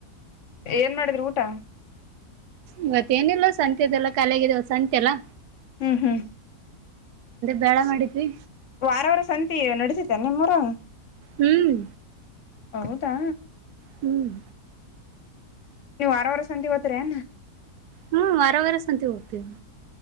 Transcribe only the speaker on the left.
ಏನ್ ಮಾಡಿದ್ರರು ಊಟ
ಹ್ಮ್ ಹ್ಮ್
ವಾರವಾರ ಸಂತ ನಡಸಿತ ನಿಮ್ಮೂರಗ
ಹೌದಾ
ನೀವು ವಾರವಾರ ಸಂತಿಗೆ ಹೋತರನ್